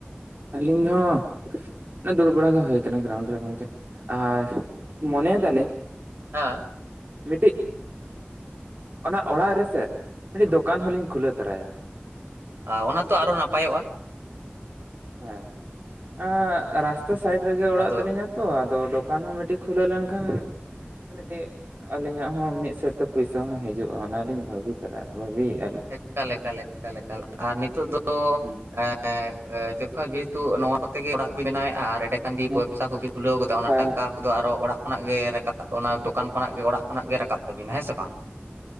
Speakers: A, on the right (about 55°); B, on the right (about 75°).
A: ᱟᱹᱞᱤᱧ ᱦᱚᱸ ᱚᱱᱮ ᱫᱩᱲᱩᱵ ᱵᱟᱲᱟ ᱦᱩᱭ ᱠᱟᱱᱟ ᱜᱨᱟᱣᱩᱱᱰ ᱨᱮ ᱜᱚᱝᱠᱮ᱾ ᱟᱨ ᱢᱚᱱᱮᱭ ᱫᱟᱞᱤᱧ
B: ᱦᱟ
A: ᱢᱤᱜᱴᱤᱜ ᱚᱱᱟ ᱚᱲᱟᱜ ᱨᱮᱥᱮ ᱢᱤᱜᱴᱤᱜ ᱫᱚᱠᱟᱱ ᱦᱚᱸᱞᱤᱧ ᱠᱷᱩᱞᱟᱹ ᱛᱚᱨᱟᱭᱟ᱾
B: ᱟᱧ ᱚᱱᱟ ᱛᱚ ᱟᱨᱚ ᱱᱟᱯᱟᱭᱚᱜᱼᱟ᱾
A: ᱦᱮᱸ ᱮᱸ ᱨᱟᱥᱛᱟ ᱥᱟᱭᱤᱰ ᱨᱮᱜᱮ ᱚᱲᱟᱜ
B: ᱟᱫᱚ
A: ᱛᱟᱹᱞᱤᱧᱟ ᱛᱚ ᱟᱫᱚ ᱫᱚᱠᱟᱱ ᱦᱚᱸ ᱢᱮᱜᱴᱮᱜ ᱠᱷᱩᱞᱟᱹᱣ ᱞᱮᱱᱠᱷᱟᱱ ᱢᱮᱜᱴᱮᱜ ᱟᱹᱞᱤᱧᱟᱜ ᱦᱚᱸ ᱢᱤᱫ ᱥᱮᱫ ᱛᱮ ᱯᱩᱭᱥᱟ ᱦᱚᱸ ᱦᱤᱡᱩᱜᱼᱟ ᱚᱱᱟᱞᱤᱧ ᱵᱷᱟᱵᱤ ᱛᱟᱠᱟᱜᱼᱟ ᱵᱷᱟᱵᱤᱭᱮᱜᱼᱟᱞᱤᱧ᱾
B: ᱮᱠᱟ ᱞᱮᱠᱟ ᱞᱮᱠᱟ ᱞᱮᱠᱟ ᱟᱨ ᱱᱤᱛᱚᱜ ᱫᱚ
A: ᱞᱤᱧ
B: ᱮᱸ ᱮᱸ <inaudible> ᱡᱚᱠᱷᱚᱱ ᱡᱮᱦᱮᱛᱩ ᱱᱚᱣᱟ ᱠᱚᱛᱮ ᱜᱮ ᱚᱲᱟᱜ ᱵᱮᱱᱟᱣᱮᱫᱼᱟ ᱟᱨ ᱮᱰᱮ
A: ᱦᱮᱸ
B: ᱵᱮᱵᱥᱟ ᱠᱚᱵᱤᱱ ᱛᱩᱞᱟᱹᱣ ᱠᱚᱫᱟ ᱚᱱᱟ
A: ᱦᱳᱭ
B: ᱴᱟᱠᱟ ᱠᱚᱫᱚ ᱟᱨᱚ ᱚᱲᱟᱜ ᱠᱚᱱᱟᱜ ᱜᱮ ᱨᱟᱠᱟᱵ ᱚᱱᱟ ᱫᱚᱠᱟᱱ ᱠᱷᱚᱱᱟᱜ ᱜᱮ ᱚᱲᱟᱜ ᱠᱷᱚᱱᱟᱜ ᱜᱮ ᱨᱟᱠᱟᱵ ᱛᱟᱹᱵᱤᱱᱟ ᱦᱮᱸ ᱥᱮ ᱵᱟᱝ